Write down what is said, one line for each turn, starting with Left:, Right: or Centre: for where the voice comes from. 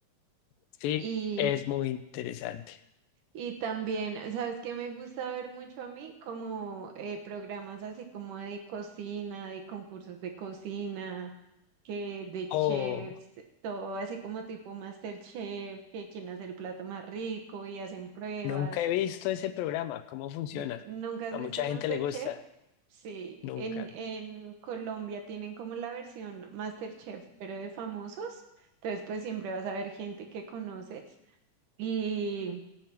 Left: Sí,
Right: Y,
Left: es muy interesante.
Right: y también, ¿sabes qué me gusta ver mucho a mí? Como eh, programas así como de cocina, de concursos de cocina, que de
Left: Oh,
Right: chefs, todo así como tipo MasterChef, que quién hace el plato más rico y hacen pruebas.
Left: nunca he visto ese programa, ¿cómo funciona?
Right: N- ¿Nunca has
Left: A
Right: visto
Left: mucha gente
Right: MasterChef?
Left: le gusta,
Right: Sí,
Left: nunca.
Right: en, en Colombia tienen como la versión MasterChef, pero de famosos. Entonces, pues siempre vas a ver gente que conoces y